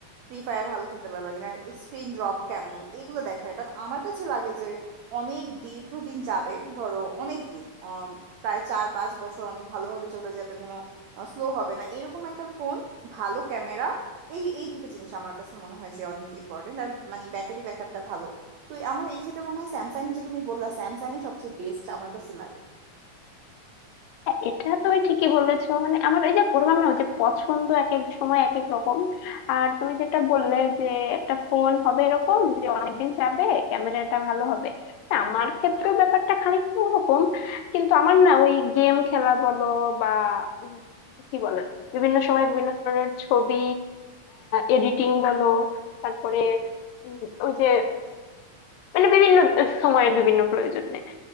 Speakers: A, on the right; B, on the left.
A: ফ্রি ফায়ার ভালো খেলতে পারবে কিনা স্ক্রিন ড্রপ কেমন এগুলো দেখায় বাট আমার কাছে লাগে অনেক দীর্ঘদিন যাবে ধরো অনেক দিন উম, প্রায় চার পাঁচ বছর অনেক ভালোভাবে চলে যাবে কোনো স্লো হবে না এরকম একটা ফোন ভালো ক্যামেরা এই এই দুটো জিনিস আমার কাছে মনে হয় যে অনেক ইম্পর্টেন্ট আর মানে ব্যাটারি ব্যাকআপটা ভালো তো আমার এই ক্ষেত্রে মনে হয় স্যামসাং যে তুমি বললা স্যামসাংই সবচেয়ে বেস্ট আমার কাছে লাগে
B: এটা তুমি ঠিকই বলেছো মানে আমার এই যে বললাম না ওই যে পছন্দ এক এক সময় এক এক রকম আর তুমি যেটা বললে যে একটা ফোন হবে এরকম যে অনেকদিন যাবে ক্যামেরাটা ভালো হবে না, আমার ক্ষেত্রেও ব্যাপারটা খানিকটা ওরকম কিন্তু আমার না ওই গেম খেলা বলো বা উম কি বলে বিভিন্ন সময় বিভিন্ন ধরনের ছবি এডিটিং বলো তারপরে উম, ওই যে মানে বিভিন্ন সময়ের বিভিন্ন প্রয়োজনে